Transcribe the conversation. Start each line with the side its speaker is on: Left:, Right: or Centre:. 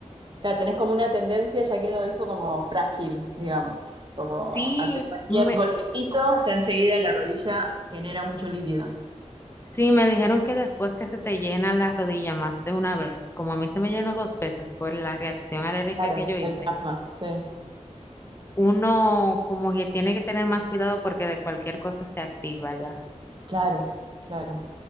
Right: Claro, tenés como una tendencia, ya quedó eso como frágil, digamos, como
Left: Sí,
Right: ante cualquier
Left: me,
Right: golpecito, ya enseguida la rodilla genera mucho líquido.
Left: Sí, me dijeron que después que se te llena la rodilla más de una vez, como a mí se me llenó dos veces por la reacción alérgica
Right: Claro,
Left: que yo hice,
Right: del plasma, sí.
Left: uno como que tiene que tener más cuidado porque de cualquier cosa se activa ya.
Right: Claro, claro,